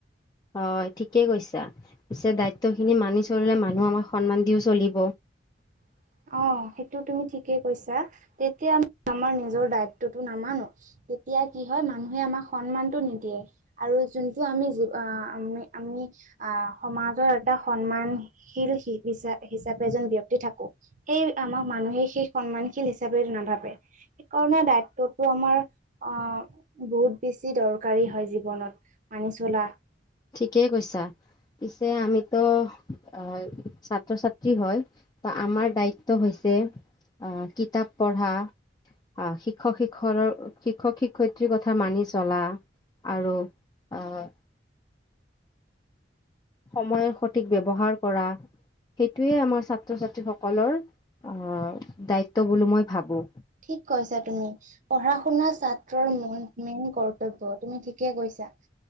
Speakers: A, on the left (about 20°); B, on the right (about 45°).
A: হয় ঠিকেই কৈছা পিছে দায়িত্বখিনি মানি চলিলে মানুহ আমাক সন্মান দিওঁ চলিব।
B: <unintelligible> অ' সেইটো তুমি ঠিকেই কৈছা, তেতিয়া আমি আমাৰ নিজৰ দায়িত্বটো নামানো। তেতিয়া কি হয় মানুহে আমাক সন্মানতটো নিদিয়ে আৰু যোনটো আমি জি আমি-আমি আহ সমাজৰ এটা সন্মানশীল হিচ-হিচাপে এজন ব্যক্তি থাকো। সেই আমাক মানুহে সেই সন্মানশীল হিচাপে নাভাবে। সেইকাৰণে দ্বায়িত্বতটো আমাৰ আহ বহুত বেছি দৰকাৰী হয় জীৱনত। মানিচলা।
A: ঠিকেই কৈছা। পিছে আমিতো অ ছাত্ৰ ছাত্ৰী হয় ত' আমাৰ দায়িত্ব হৈছে ছে অ' কিতাপ পঢ়া। অ' শিক্ষক শিক্ষ শিক্ষক শিক্ষয়িত্ৰীৰ কথা মানি চলা। আৰু অ' সময়ৰ সঠিক ব্যৱহাৰ কৰা। সেইটোৱে আমাৰ ছাত্ৰ ছাত্ৰী সকলৰ আহ দায়িত্ব বুলি মই ভাবো।
B: ঠিক কৈছা তুমি পঢ়া শুনা ছাত্ৰৰ মূল মেইন কৰ্তব্য তুমি ঠিকে কৈছা,